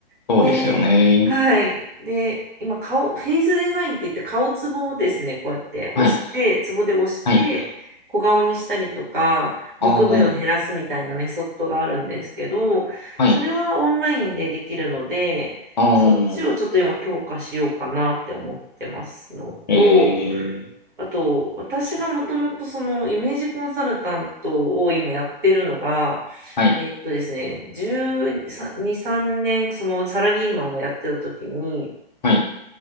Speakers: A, on the left; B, on the right.
A: そうですよね。
B: で、はい。で、今顔、フェイスデザインって言って顔ツボをですね、こうやって押して、
A: はい。
B: ツボで押して、
A: はい。
B: 小顔にしたりとか、
A: ああ、
B: むくみを減らすみたいなメソッドがあるんですけど、
A: はい。
B: それはオンラインでできるので、
A: ああ、
B: そっちをちょっと今強化しようかなって思ってますのと、
A: ええ、
B: あと、私がもともとそのイメージコンサルタントを今やってるのが、
A: はい。
B: えーっとですね、12、3年そのサラリーマンをやってた時に、
A: はい。